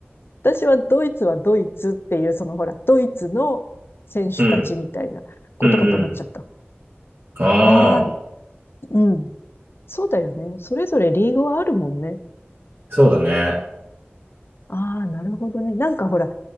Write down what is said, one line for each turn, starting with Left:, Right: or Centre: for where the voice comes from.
Left: 私はドイツはドイツっていう、そのほら、ドイツの選手たちみたいなことかと思っちゃった。
Right: うん、うん、うん。ああ、
Left: ああ、うん。そうだよね。それぞれリーグはあるもんね。
Right: そうだね。
Left: ああ、なるほどね。なんかほら、